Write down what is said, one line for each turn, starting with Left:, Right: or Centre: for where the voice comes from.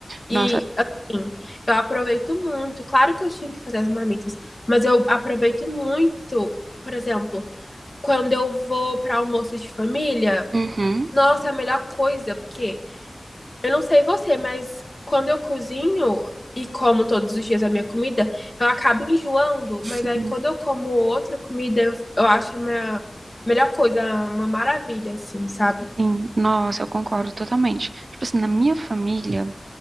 Left: E
Right: Nossa,
Left: assim, eu aproveito muito, claro que eu tinha que fazer as marmitas, mas eu aproveito muito, por exemplo, quando eu vou para almoço de família,
Right: uhum,
Left: nossa, é a melhor coisa, porque. Eu não sei você, mas quando eu cozinho e como todos os dias a minha comida, eu acabo enjoando,
Right: sim,
Left: mas aí quando eu como outra comida, eu, eu acho a minha melhor coisa, uma maravilha, assim, sabe?
Right: sim, nossa, eu concordo totalmente. Tipo assim, na minha família,